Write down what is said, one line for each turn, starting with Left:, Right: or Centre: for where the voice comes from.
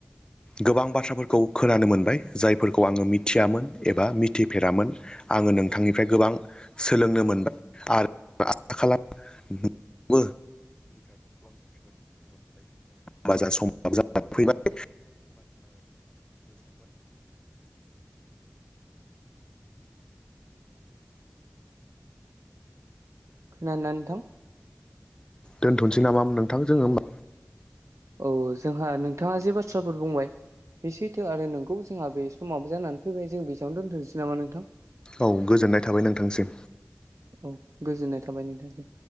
Left: गोबां बाथ्राफोरखौ खोनानो मोनबाय जायफोरखौ आङो मिथियामोन एबा मि थि फेरामोन आङो नोंथांनिफ्राय गोबां सोलोंनो मोनबाय आरो आसा खालामो <unintelligible> जा सम <unintelligible> फैबाय
Right: खोनादोना नोंथां
Left: दोनथनोसै नामा नोंथां जोङो होमबा
Right: औ जोंहा नोंथाङा जे बाथ्राफोर बुंबाय बे सैथो आरो नोंगौ जोंहा बे समाबो जानानै फैबाय जों बेसेबांनो दोनथोंसै नामा नोंथां
Left: औ गोजोननाय थाबाय नोंथांसिम
Right: औ गोजोननाय थाबाय नोंथांसिम